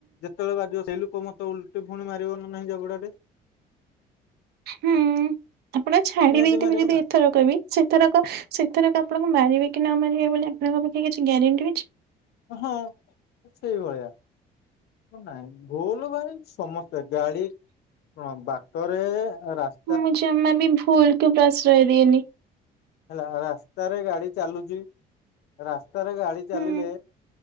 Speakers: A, on the left; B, on the right.
A: ଯେତେବେଳେ ବାଜିବ ସେଇ ଲୋକ ମତେ ଓଲଟି ଫୁଣି ମାରିବ ନା ନାହିଁ ଜାବୁଡାଟେ?
B: ହୁଁ ଆପଣ ଛାଡ଼ି
A: ନିହାତି
B: ଦେଇଥିବେ
A: ମାରିବ
B: ଯଦି
A: ନା
B: ଏଥରକ ବି ସେଥରକ ସେଥରକ ଆପଣଙ୍କୁ ମାରିବେ କି ନ ମାରିବେ ବୋଲି ଆପଣଙ୍କ ପାଖେ କିଛି ଗ୍ୟାରେଣ୍ଟି ଅଛି?
A: ହଁ ସେଇଭଳିଆ। ନାଇଁ ଭୁଲ ଭାଇ ସମସ୍ତେ ଗାଡି କଣ ବାଟରେ ରାସ୍
B: ମୁଁ ଜମା ବି ଭୁଲ୍ କୁ ପ୍ରଶ୍ରୟ ଦିଏନି।
A: ହେଲା ରାସ୍ତାରେ ଗାଡ଼ି ଚାଲୁଛି, ରାସ୍ତାରେ ଗାଡ଼ି ଚାଲିଲେ
B: ହୁଁ